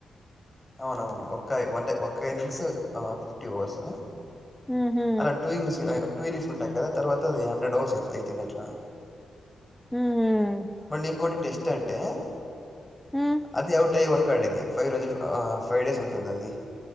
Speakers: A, on the left (about 15°); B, in the centre.
A: అవునవును ఒక్కాయ్ అంటే ఒక్క ఇన్నింగ్స్ ఫిఫ్టీ ఓవర్స్
B: ఉహు
A: అలా టూ ఇన్స్ అ టూ ఇనిస్ ఉంటాయ్ కదా తర్వాత అది హండ్రెడ్ ఓవర్స్ అయి అయితుంది అట్లా
B: ఉమ్
A: మళ్ళీ ఇంకోటి టెస్ట్ అంటే
B: ఉమ్
A: అది ఔట్ అయ్యే వరకు ఆడేది ఫైవ్ రజి ఆ ఫైవ్ డేస్ ఉంటుంది అది